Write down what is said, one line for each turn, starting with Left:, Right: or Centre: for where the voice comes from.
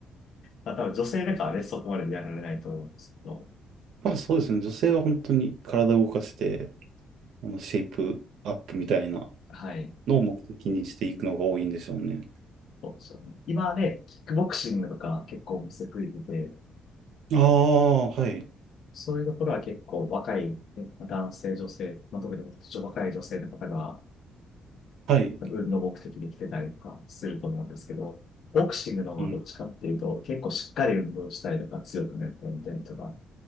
Left: まあ、多分女性だからね、そこまでやられないと思うんですけど、
Right: まあそうですね。女性は本当に体を動かして、あの、シェイプアップみたいな
Left: はい。
Right: のを目的にしていくのが多いんでしょうね。
Left: そうそう。今ね、キックボクシングとか結構お店増えてて、
Right: ああ、はい。
Left: そういうところは結構若いね男性、女性、まあ、特に若い女性の方が
Right: はい。
Left: 運動目的で来てたりとかすると思うんですけど、ボクシングの方はどっちかっていうと、
Right: うん
Left: 結構しっかり運動したりとか強くなったりみたいな人がやっ